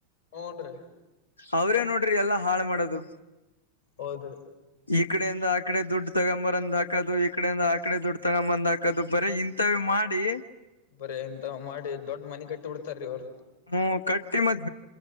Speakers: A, on the left; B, on the left.
A: ಹೂನ್ರಿ
B: ಅವ್ರೇ ನೋಡ್ರಿ ಎಲ್ಲಾ ಹಾಳ ಮಾಡೋದು
A: ಹೌದ್ರಿ
B: ಈ ಈ ಕಡೆಯಿಂದ ಆ ಕಡೆ ದುಡ್ಡು ತಗೊಂಬರಂದ ಹಾಕೋದು ಈ ಕಡೆಯಿಂದ ಆ ಕಡೆ ದುಡ್ತನ ಬಂದ್ ಹಾಕದು ಬರ ಇಂಥವ ಮಾಡಿ
A: ಬರ ಇಂತ ಮಾಡಿ ದೊಡ್ಡ ಮನೆ ಕಟ್ಟಿ ಬಿಡ್ತಾರೀ ಇವ್ರು
B: ಹ್ಮ ಕಟ್ಟಿ ಮತ್